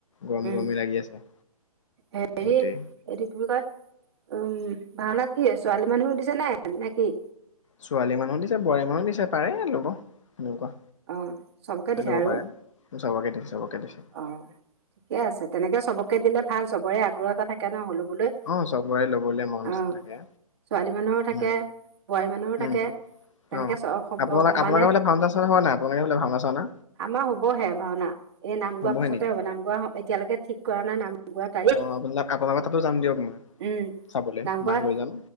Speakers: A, on the left; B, on the right.
A: গম
B: উম
A: গৰমি লাগি আছে।
B: হেৰি
A: গোটেই
B: এইটো কিব কয় উম ভাওনাত কি ছোৱালী মানুহো দিছে নাই নে কি?
A: ছোৱালী মানুহ দিছে বোৱাৰী মানুহো দিছে পাৰে লব। সনেকুৱা
B: অ চবকে দিছে
A: লব
B: আৰু
A: পাৰে চাবকে দিছে চাবকে দিছে।
B: অ', ঠিকে আছে তেনেকে চবকে দিলে ভাল চবৰে আগ্ৰহ এটা থাকে ন হ'লো। বোলৈ
A: অ চবৰে লবলৈ মন নিচি
B: অ',
A: থাকে
B: ছোৱালী মানুহৰো থাকে
A: উ
B: বোৱাৰী মানুহৰো থাকে
A: উম
B: তেনেকে
A: অ আপোনা
B: সমানে
A: আপোনালোকে <unintelligible> হ নাই? আপোনালোকৰ ফালে ভাওনা চাওনা
B: আমাৰ হবহে ভাওনা, এই নাম
A: হ'বহে
B: গোৱাৰ পাছতে
A: নেকি
B: হ'ব নাম গোৱা এতিয়ালৈকে ঠিক কৰা নাই নাম। নাম গোৱা তাৰিখ
A: অ আপোনালোক আপোনালোকৰ তাতো যাম দিয়ক মই
B: উম
A: চাবলৈ
B: নাম গোৱা
A: মাক লৈ যাম